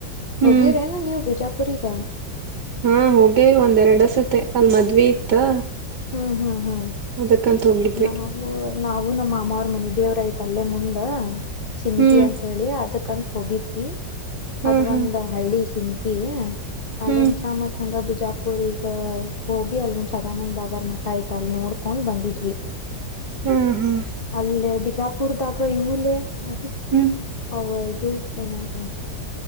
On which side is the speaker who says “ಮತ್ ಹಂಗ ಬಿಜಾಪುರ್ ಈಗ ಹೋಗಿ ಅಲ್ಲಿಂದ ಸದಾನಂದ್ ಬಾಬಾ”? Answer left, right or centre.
Left